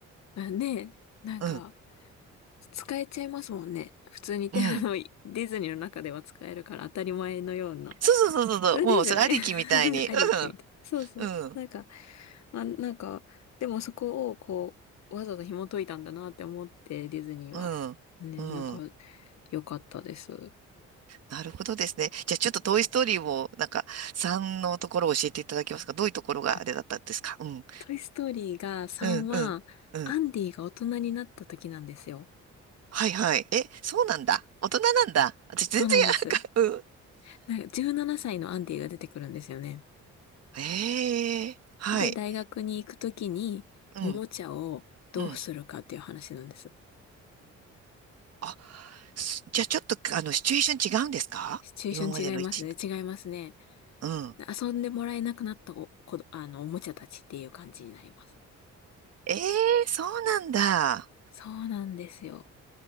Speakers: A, on the left; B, on the right.
A: あね、なんか、
B: うん。
A: 使えちゃいますもんね。普通に手あの、
B: うん。
A: <laughs> ディズニーの中では使えるから当たり前のような。
B: そうそうそうそうそう。
A: それですよね。
B: もう、それありきみたいに。
A: <laughs> ありきみたいな。そうそう。
B: うん。
A: なんか、まあ、なんか、でもそこをこう、わざと紐解いたんだなって思って、ディズニーは。
B: うん。
A: ね、
B: うん。
A: なんか、
B: うん。
A: 良かったです。
B: なるほどですね。じゃあちょっとトイストーリーをなんか、3のところを教えていただけますかどういうところがあれだったんですかうん。
A: あ、トイストーリーが3は、
B: うん、うん、うん。
A: アンディが大人になった時なんですよ。
B: はいはい。え、そうなんだ。大人なんだ。私全然、
A: そうなんです。
B: なんか、うん。
A: なんか17歳のアンディが出てくるんですよね。
B: ええはい。
A: で、大学に行くときに、
B: うん、
A: おもちゃをどうするかっていう話なんです。
B: うん。あ、すじゃあちょっと、あの、シチュエーション違うんですか今までの一、
A: シチュエーション違いますね。違いますね。
B: うん。
A: 遊んでもらえなくなったお、こど、あの、おもちゃたちっていう感じになります。
B: ええそうなんだ。
A: そうなんですよ。